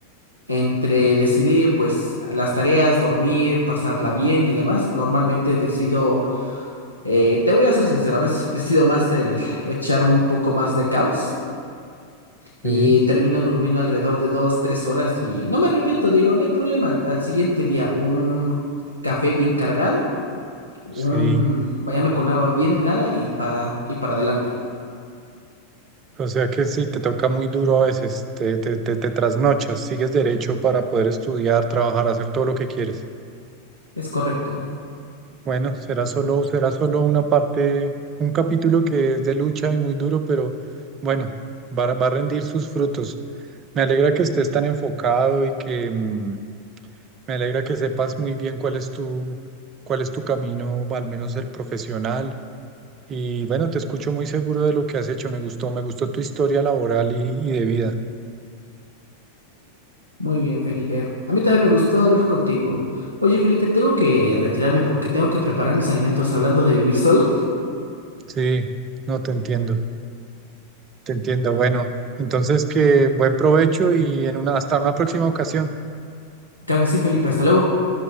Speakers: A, on the left (about 90°); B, on the right (about 30°).
A: entre decidir pues las tareas, dormir, pasarla bien y demás. Normalmente decido Eh, te voy a ser sincero, a veces decido más el <laughs> echar un poco más de caos y
B: sí,
A: termino durmiendo alrededor de dos, tres horas y no me arrepiento, digo, no hay problema. Al, al siguiente día, un café bien cargado, un
B: sí.
A: bañarme con agua bien helada y para, y para adelante.
B: O sea que sí, te toca muy duro a veces, te, te, te, te trasnochas, sigues derecho para poder estudiar, trabajar, hacer todo lo que quieres.
A: Es correcto.
B: Bueno, será solo, será solo una parte, un capítulo que es de lucha y muy duro, pero bueno, va, a- va a rendir sus frutos. Me alegra que estés tan enfocado y que mm, me alegra que sepas muy bien cuál es tu, cuál es tu camino, al menos el profesional. Y bueno, te escucho muy seguro de lo que has hecho. Me gustó, me gustó tu historia laboral y, y de vida.
A: Muy bien, Felipe. A mí también me gustó hablar contigo. Oye, Felipe, tengo que retirarme porque tengo que preparar mis alimentos hablando de vivir solo.
B: Sí, no te entiendo, te entiendo. Bueno, entonces que buen provecho y en una, hasta una próxima ocasión.
A: Claro que sí, Felipe, hasta luego.